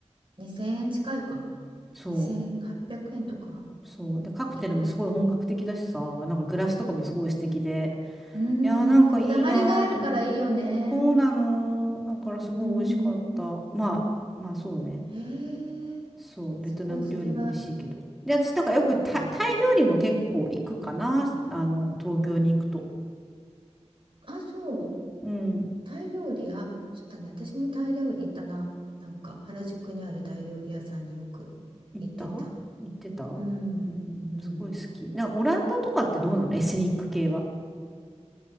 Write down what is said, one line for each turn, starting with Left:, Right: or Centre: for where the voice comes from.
Right: 2000円近いか。
Centre: そ
Right: 1800円とか。
Centre: う、そう。で、カクテルもすごい本格的だしさ、
Right: 一杯。
Centre: なんかグラスとかもすごい素敵で。
Right: うーん、
Centre: いやー、なんかいいなーと思って。
Right: こだわりがあるからいいよね。
Centre: そうなの。だからすごい美味しかった。
Right: うん。
Centre: まあ、まあそうね。
Right: へえ、
Centre: そう、ベトナム料理も美味しいけど。
Right: すごい、それは、
Centre: で、私なんかよくタイ、
Right: うん。
Centre: タイ料理も結構行くかな。あの、東京に行くと。
Right: あ、そう、
Centre: うん。
Right: タイ料理、あ、そうだね、私もタイ料理行ったな。なんか、原宿にあるタイ料理屋さんによく行ってた。
Centre: 行った行ってた
Right: うん、
Centre: うん、
Right: うん。
Centre: すごい好き。な、オランダとかってどうなのエスニック系は。